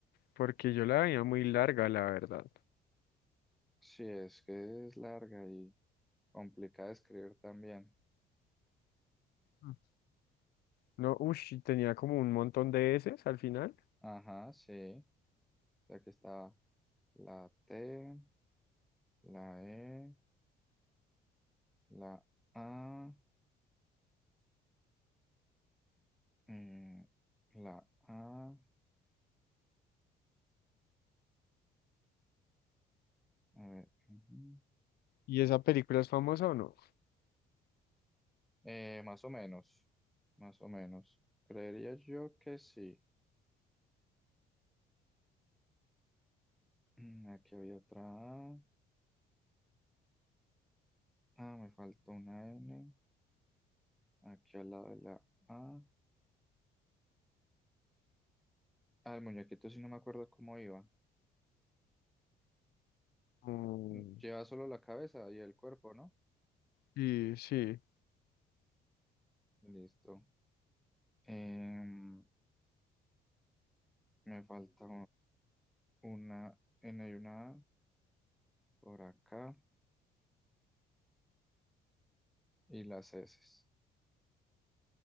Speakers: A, on the left; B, in the centre.
A: Porque yo la veía muy larga, la verdad.
B: sí, es que es larga y complicada de escribir también.
A: Mm. No, uff, tenía como un montón de S al final.
B: Ajá, sí. Aquí está la T, la E, la A. Mm, la A, a ver, ujú.
A: ¿Y esa película es famosa o no?
B: Eh, más o menos, más o menos. Creería yo que sí. Mm, aquí había otra A. Ah, me faltó una N. Aquí al lado de la A. Ah, el muñequito sí no me acuerdo cómo iba.
A: Mm,
B: Mm, Lleva solo la cabeza y el cuerpo, ¿no?
A: sí, sí.
B: Listo. Em, me falta una N y una A por acá. Y las S.